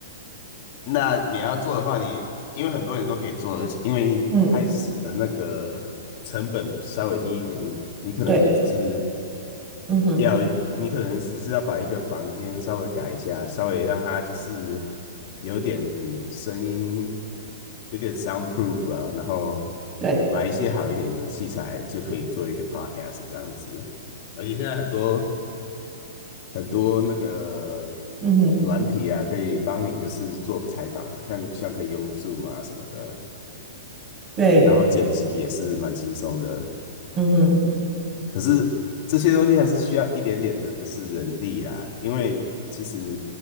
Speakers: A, on the left; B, on the right.
A: 那你要做的话你，因为很多人都可以做，而且因为开始的那个成本稍微低一点，
B: 嗯，
A: 你你可能只是
B: 对，嗯哼，
A: 要你可能只是要把一个房间稍微改一下，稍微让它就是有点声音，有点 soundproof 啊，然后
B: 对，
A: 买一些好一点的器材就可以做一个 podcast 这样子。而且现在很多很多那个
B: 嗯哼，
A: 软体啊，可以帮你就是做采访啊，像像可以用 Zoom 啊什么的，
B: 对，
A: 然后剪辑也是蛮轻松的。
B: 嗯哼。
A: 可是这些东西还是需要一点点的，就是人力啊，因为其实